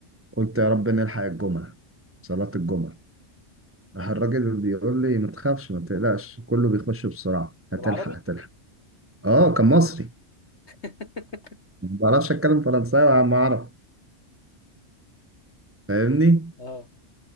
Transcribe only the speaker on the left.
بالعربي
<laughs>
اه